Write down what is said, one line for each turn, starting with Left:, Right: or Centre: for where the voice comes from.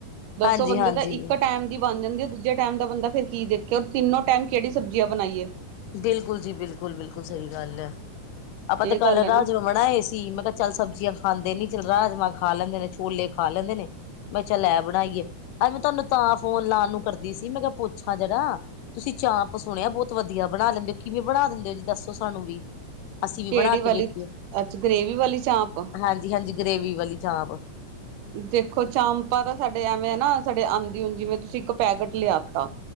Right: ਦੱਸੋ
Left: ਹਾਂਜੀ-ਹਾਂਜੀ
Right: ਬੰਦੇ ਦਾ ਇੱਕ ਟਾਈਮ ਦੀ ਬਣ ਜਾਂਦੀਏ, ਦੂਜੇ ਟਾਈਮ ਦਾ ਬੰਦਾ ਫਿਰ ਕੀ ਦੇਖ ਕਿ ਓ ਤਿੰਨੋਂ ਟਾਈਮ ਕੇੜੀ ਸਬਜ਼ੀਆਂ ਬਣਾਈਏ?
Left: ਬਿਲਕੁਲ ਜੀ, ਬਿਲਕੁਲ-ਬਿਲਕੁਲ ਸਈ ਗੱਲ ਐ ਆਪਾਂ
Right: ਇਹ
Left: ਤੇ ਕੱਲ
Right: ਗੱਲ ਹੈ
Left: ਰਾਜ
Right: ਨਾ
Left: ਬਣਾਏ ਸੀ। ਮੈਂ ਕੇਆ ਚੱਲ ਸਬਜ਼ੀਆਂ ਖਾਂਦੇ ਨੀ ਚੱਲ ਰਾਜਮਾਂਹ ਖਾ ਲੈਂਦੇ ਨੇ, ਛੋਲੇ ਖਾ ਲੈਂਦੇ ਨੇ। ਮੈਂ ਚੱਲ ਐ ਬਣਾਈਏ, ਅੱਜ ਮੈਂ ਤੁਆਨੂੰ ਤਾਂ ਫੋਨ ਲਾਣ ਨੂੰ ਕਰਦੀ ਸੀ ਮੈਂ ਕੇਆ ਪੁੱਛਾਂ ਜਰਾ ਤੁਸੀਂ ਚਾਂਪ ਸੁਣਿਆ ਬੋਤ ਵਧੀਆ ਬਣਾ ਲੈਂਦੇ, ਕਿਵੇਂ ਬਣਾ ਦਿੰਦੇ ਓਜੀ ਦੱਸੋ ਸਾਨੂੰ ਵੀ। ਅਸੀਂ ਵੀ
Right: ਕਿਹੜੀ
Left: ਬਣਾ
Right: ਵਾਲੀ
Left: ਕੇ ਵੇਖੀਏ,
Right: ਅੱਛਾ ਗ੍ਰੇਵੀ ਵਾਲੀ ਚਾਂਪ
Left: ਹਾਂਜੀ-ਹਾਂਜੀ ਗਰੇਵੀ ਵਾਲੀ ਚਾਪ।
Right: ਦੇਖੋ ਚਾਮਪਾ ਤਾਂ ਸਾਡੇ ਐਵੇਂ ਨਾ ਸਾਡੇ ਆਂਦੀ ਜਿਵੇਂ ਤੁਸੀਂ ਇੱਕ ਪੈਕੇਟ ਲਿਆਤਾ।